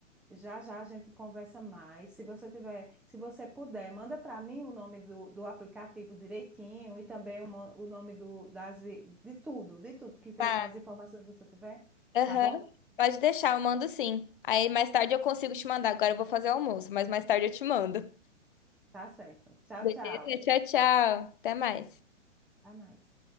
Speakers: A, in the centre; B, on the left (about 45°).
A: já já a gente conversa mais. Se você tiver, se você puder, manda para mim o nome do, do aplicativo direitinho e também o, mo- o nome do, das, vi- de tudo, de tudo, que vo-
B: Tá.
A: as informações que você tiver,
B: Aham.
A: tá bom?
B: Pode deixar, eu mando sim. Aí mais tarde eu consigo te mandar. Agora eu vou fazer o almoço, mas mais tarde eu te mando.
A: Tá certo. Tchau,
B: Beleza?
A: tchau.
B: Tchau, tchau. Até mais.
A: Até mais.